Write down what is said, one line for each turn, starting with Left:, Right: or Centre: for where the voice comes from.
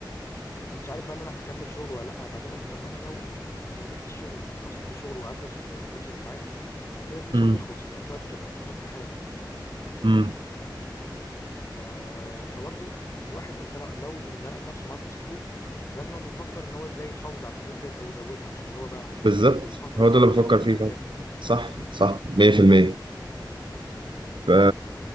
Left: ما كنتش عارف بقى إن أنا هاكمّل شغل والّا لأ، بعدين قُلت طب ما أنا لو ما كمّلتش شغل أو سِبت شغل وقعدت أصرف من الفلوس اللي معايا، أنا كده فلوسي
Right: امم
Left: هتخلص، في نفس الوقت مش هابقى استفدت حاجة.
Right: امم
Left: ف... فبرضه الواحد انت لو لو لقى نفسه معاه فلوس كتير لازم أن يفكر ان هو ازاي يحافظ على الفلوس ديت او يزودها مش اللي هو بقى
Right: بالظبط
Left: يفكر
Right: هو
Left: في
Right: ده
Left: الراحه
Right: اللي بفكر
Left: والتكاسل
Right: فيه فعلا صح
Left: امم
Right: صح 100% ف
Left: ف...